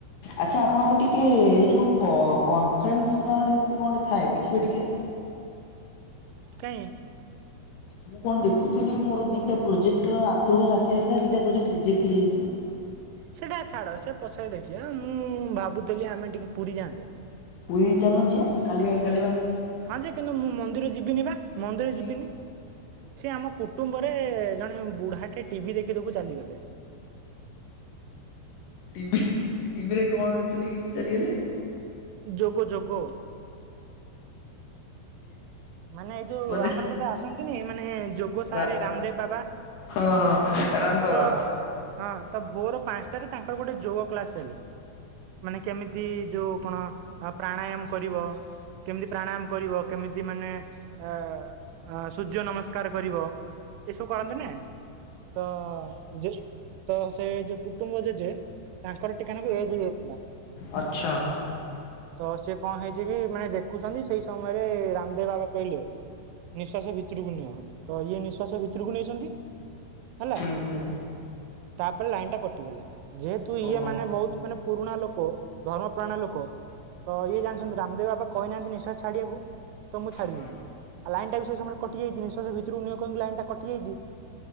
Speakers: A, on the left; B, on the right.
A: ଆଚ୍ଛା, ଆପଣଙ୍କ ଟିକେ ଯୋଉ କନଫରେନ୍ସ ନ ଏ କଣଟେ ଥାଏ ଦେଖିବେ ଟିକେ
B: କାଇଁ
A: ମୁଁ କଣ ଦେଖୁଥିଲି, ମୋର ଦିଇଟା ପ୍ରୋଜେକ୍ଟର ଆପ୍ରୁଭାଲ ଆସି ଆସିଲା, ଦିଟା ପ୍ରୋଜେକ୍ଟ ରିଜେକ୍ଟ ହେଇଯାଇଛି। ହଁ <inaudible>
B: ସେଟା ଛାଡ ସେ ପଛ ଦେଖି, ମୁଁ ଭାବୁଥିଲି ଆମେ ଟିକେ ପୁରୀ ଯାଆନ୍ତେ
A: ପୁରୀ ଚାଲନ ଯିବା, କାଲି ଆଣଣି <unintelligible> କାଲି ବାହାରୁ
B: ହଁ ଯେ କିନ୍ତୁ ମୁଁ ମନ୍ଦିର ଯିବିନି ବା, ମନ୍ଦିର
A: କାଇଁ
B: ଯିବିନି, ସେ ଆମ କୁଟୁମ୍ବରେ ରେ ଜଣେ ବୁଢାଟେ ଟିଭି ଦେଖି ଦେଖୁ ଚାଲିଗଲେ
A: ଟିଭି ଟିଭିରେ କଣ ଦେଖୁଥିଲେ କି ଏମତି ଚାଲିଗଲେ।
B: ଯୋଗ ଯୋଗ। ମାନେ ଏଇ ଯୋଉ
A: ମାନେ
B: ଆମର ଗୋଟେ ଆସନ୍ତିନି ମାନେ ଯୋଗ ସାରେ
A: ରା
B: ରାମଦେବ ବାବା
A: ହଁ ହଁ।
B: ହଁ
A: ରାମ ବାବା
B: ତ ହଁ ତ ଭୋର ପାଞ୍ଚଟାରେ ତାଙ୍କର ଗୋଟେ ଯୋଗ କ୍ଲାସ ହେଲେ ମାନେ କେମିତି ଯୋଉ କଣ ଆ ପ୍ରାଣାୟାମ କରିବ କେମିତି ପ୍ରାଣାୟାମ କରିବ। କେମିତି ମାନେ ଅ ସୂର୍ଯ୍ୟ ନମସ୍କାର କରିବ। ଏସବୁ କରନ୍ତି ନା ତ ଯେ ତ ସେ ଯଉ ଯୋ କୁଟୁମ୍ବ ଜେଜେ ତାଙ୍କର ଟିକାନାକୁ ଏଜ ହେଇଯାଉଥିଲା।
A: ଆଚ୍ଛା
B: ତ ସିଏ କଣ ହେଇଛି କି ମାନେ ଦେଖୁଛନ୍ତି ସେଇ ସମୟରେ ରାମଦେବ ବାବା କହିଲେ। ନିଃଶ୍ୱାସ ଭିତରକୁ ନିଅ ତ ଇଏ ନିଃଶ୍ଵାସ ଭିତରକୁ ନେଇଛନ୍ତି ହେଲା
A: ହୁଁ ହୁଁ।
B: ତାପରେ ଲାଇନ ଟା କଟିଗଲା। ଯେହେତୁ ଇଏ
A: ଓହୋ
B: ମାନେ ବହୁତ ମାନେ ପୁରୁଣା ଲୋକ ଧର୍ମ ପ୍ରାଣା ଲୋକ ତ ଇଏ
A: ହଁ
B: ଜାଣିଛନ୍ତି
A: ହଁ
B: ରାମଦେବୀ ବାପ କହିନାହାନ୍ତି ନିଶ୍ୱାସ ଛାଡିବାକୁ ତ ମୁଁ ଛାଡିବିନି
A: ହଁ
B: ଲାଇନ ଟା ବି ସେ ସମୟରେ କଟି ଯାଇଛି ନିଶ୍ୱାସ ଭିତରକୁ ନିଅ କହିକି ଲାଇନଟା କଟିଯାଇଚି